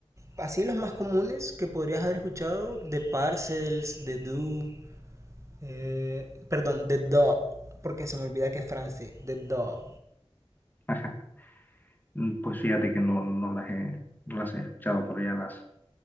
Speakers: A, on the right; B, on the left.
A: así los más comunes que podrías haber escuchado, de Parcels, de Do, eh, perdón, de Do, porque se me olvida que es francés, de Do.
B: <laughs> Mm, Pues fíjate que no, no las he, no las he escuchado, pero ya las,